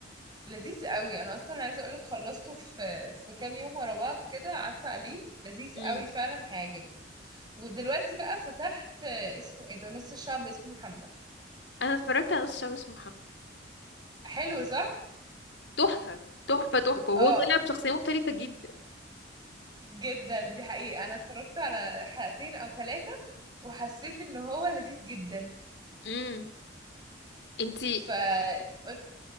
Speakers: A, on the right; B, on the left.
A: لذيذ قوي انا اصلا عايزه اقولك خلصته في في كام يوم ورا بعض كده قعدت عليه لذيذ
B: مم.
A: قوي فعلا هيعجبك ودلوقتي بقى فتحت آه، اسمه ايه ده نص الشعب اسمه محمد
B: انا اتفرجت على نص شعب اسمه محمد
A: حلو صح
B: تحفة تحفة تحفة
A: اه
B: وهو طلع بشخصية مختلفة جدا
A: جدا دي حقيقه انا اتفرجت على حلقتين او ثلاثه وحسيت ان هو لذيذ جدا
B: امم انت
A: فقلت